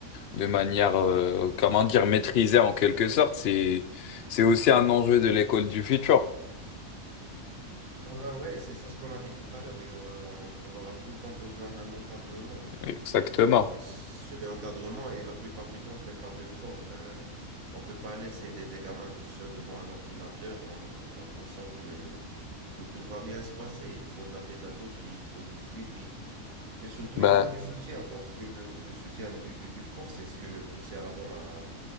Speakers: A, on the left; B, on the right.
A: de manière, euh, comment dire, maîtrisée en quelque sorte, c'est, c'est aussi un enjeu de l'école du futur.
B: Ah ben ouais, c'est ça ce qu'on a dit tout à l'heure. Il y aura- on, on aura tout le temps besoin d'un encadrement. ouais.
A: Exactement.
B: Et ce encadrement est la plupart du temps fait par le prof. Ben, on peut pas laisser des, des gamins tout seuls devant un ordinateur en, en pensant que, que tout va bien se passer. Il faut de la pédagogie, il faut du suivi. Et surtout,
A: Ben,
B: il faut du soutien parce que le, le soutien du, du, du prof, c'est ce que nous poussait avant à,